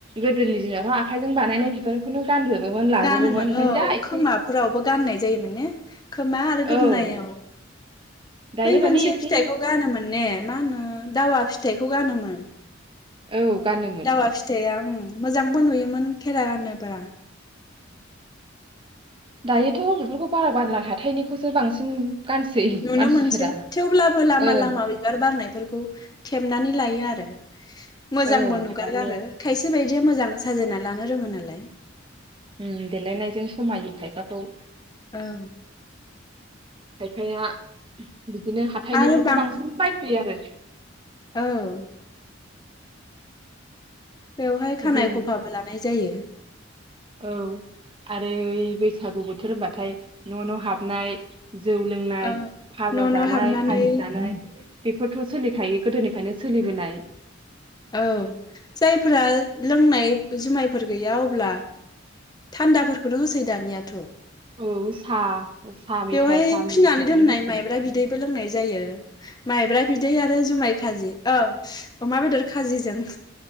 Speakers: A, on the right (about 25°); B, on the left (about 20°).
A: गोदोनि दिनावथ' आखाइजों बानायनाय बिबारखौनो गानजोबोमोन लाजोबोमोन
B: गानोमोन
A: ओमफ्राय
B: औ
A: दा एसे
B: खोमाफोरावबो गाननाय जायोमोन ने खोमा आरो गोदोनाव
A: औ दायो
B: बै
A: माने
B: मोनसे
A: एसे
B: फिथाइखौ गानोमोन ने मा होनो दावा फिथाइखौ गानोमोन
A: औ गानोमोन
B: दावा फिथाया ओ मोजांबो नुयोमोन खेेरा गानोब्ला
A: दायोथ बेफोरखौ बारा गानला हाथायनिखौसो बांसिन गानसै
B: नुनो
A: मानसिफोरा
B: मोनसै थेवब्लाबो लामा
A: ओं
B: लामा बिबार बारनायफोरखौ थेबनानै लायो आरो मोजांबो
A: औ
B: नुगारगारो
A: लायो
B: आरो खायसे बायदिया मोजां साजायना लानो रोङो नालाय
A: उ देलायनायजों समायो खायफाखौ
B: औ
A: खायफाया बिदिनो हाथाइनिफोरखौ
B: आरो बां
A: बांसिन बायफैयो आरो
B: औ बेवहाय खानाय
A: जों
B: खफाबो लानाय जायो
A: औ आरो ओइ बैसागु बोथोर होनबाथाय न न हाबनाय जौ लोंनाय
B: औ
A: फाजा
B: न'
A: जानाय
B: न' हाबनानै
A: खाजि जानाय बेफोरथ सोलिखायो गोदोनिफ्रायनो सोलिबोनाय
B: औ जायफोरा लोंनाय जुमाय फोर गैया अब्ला थान्दाफोरखौनो होसै दानियाथ
A: औ साह साहा मेथाय
B: बेवहाय
A: साहा मुरिफोरजोंनो
B: फिनानै दोननाय
A: होसै
B: माइब्रा बिदैबो लोंनाय जायो माइब्रा बिदै आरो जुमाय खाजि औ अमा बेदर खाजिजों